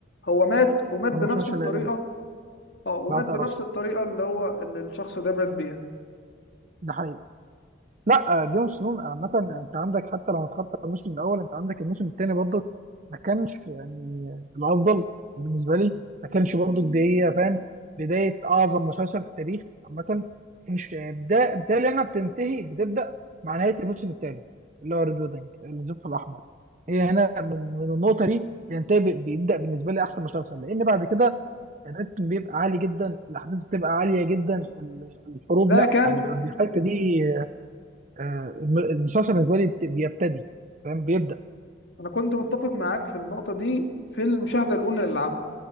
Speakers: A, on the left; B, on the right.
A: هو مات ومات
B: انا
A: بنفس
B: ما سمعتش
A: الطريقة
B: الا يقول
A: اه ومات
B: بقطع
A: بنفس
B: راسه
A: الطريقة اللي هو اللي الشخص ده مات بيها
B: ده حقيقي لا جيم اوف ثرونز عامة انت عندك حتى لو هتخطط الموسم الاول انت عندك الموسم الثاني برضه ما كانش يعني الافضل بالنسبة لي ما كانش برضه بداية فاهم بداية اعظم مسلسل في التاريخ عامة مش بدا بالتالي انا بتنتهي بتبدا مع نهاية الموسم الثالث اللي هو ريد ويدنج الزفت الاحمر هي هنا من من النقطة دي ينتهي ب- بيبدا بالنسبة لي احسن مسلسل لان بعد كده الريتم بيبقى عالي جدا الاحداث بتبقى عالية جدا ال- الحروب
A: ده
B: لا
A: كان
B: يعني بقى الحتة دي آه، الم- المسلسل بالنسبه لي بت- بيبتدي فاهم بيبدا
A: انا كنت متفق معاك في النقطه دي في المشاهده الاولى للعمل